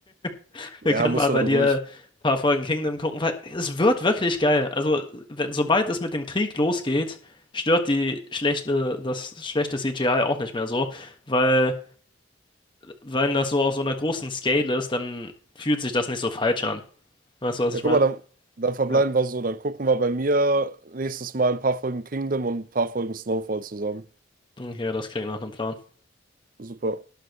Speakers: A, on the left; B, on the right.
A: <laughs>
B: Ja,
A: wir können
B: musst
A: mal bei
B: du dann
A: dir
B: durch.
A: ein paar Folgen Kingdom gucken, weil es wird wirklich geil. Also, wenn, sobald es mit dem Krieg losgeht, stört die schlechte, das schlechte CGI auch nicht mehr so, weil wenn das so auf so einer großen Scale ist, dann fühlt sich das nicht so falsch an. Weißt du, was
B: Ja,
A: ich
B: guck
A: meine?
B: mal, dann, dann verbleiben
A: Ja.
B: wir so. Dann gucken wir bei mir nächstes Mal ein paar Folgen Kingdom und ein paar Folgen Snowfall zusammen.
A: Okay, das klingt nach einem Plan.
B: Super.